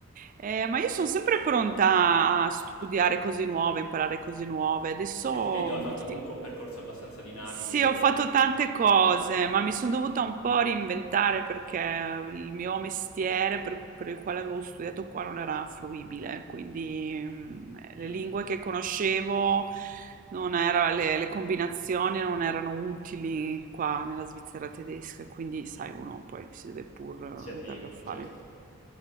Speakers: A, on the right; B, on the left.
A: Eh, ma io sono sempre pronta a studiare cose nuove, imparare cose nuove. Adesso
B: Eh, ti vedo,
A: mh,
B: hai fatto
A: ti
B: comunque
A: dico,
B: un percorso abbastanza dinamico.
A: sì, ho fatto tante cose, ma mi sono dovuta un po' reinventare perché il mio mestiere per, per il quale avevo studiato qua non era fruibile, quindi mm, le
B: Mm,
A: lingue che conoscevo non era- le, le combinazioni non erano utili qua nella Svizzera tedesca, quindi sai, uno poi si deve pur
B: si adegua,
A: eh, dar da fare.
B: certo.